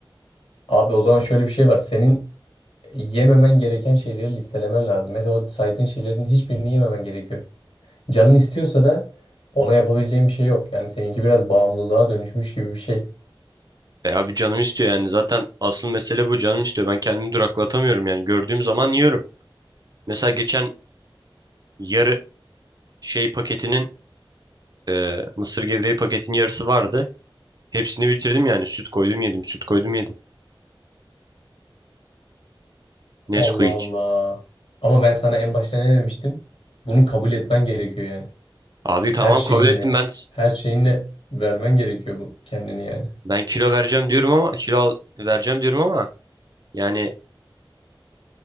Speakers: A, on the left; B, on the right.
A: Abi o zaman şöyle bir şey var. Senin yememen gereken şeyleri listelemen lazım. Mesela o saydığın şeylerin hiçbirini yememen gerekiyor. Canın istiyorsa da ona yapabileceğin bir şey yok. Yani seninki biraz bağımlılığa dönüşmüş gibi bir şey.
B: E abi canım istiyor yani. Zaten asıl mesele bu. Canım istiyor. Ben kendimi duraklatamıyorum yani. Gördüğüm zaman yiyorum. Mesela geçen yarı şey paketinin e, mısır gevreği paketinin yarısı vardı. Hepsini bitirdim yani. Süt koydum yedim. Süt koydum yedim. Nesquik.
A: Allah Allah. Ama ben sana en başta ne demiştim? Bunu kabul etmen gerekiyor yani.
B: Abi tamam
A: Her şeyinle,
B: kabul ettim ben
A: her şeyinle vermen gerekiyor bu kendini yani.
B: ben kilo vereceğim diyorum ama kilo al- vereceğim diyorum ama yani